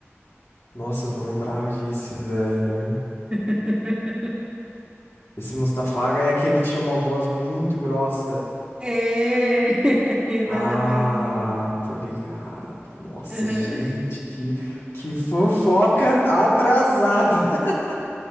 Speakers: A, on the left; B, on the right.
A: Nossa, eu não lembrava disso, velho.
B: <laughs>
A: Esse Mustafaga é aquele que tira uma voz muito grossa.
B: É, <laughs> exatamente.
A: Ah, tô ligado. Nossa,
B: Aham.
A: gente, que, que fofoca atrasada. <laughs>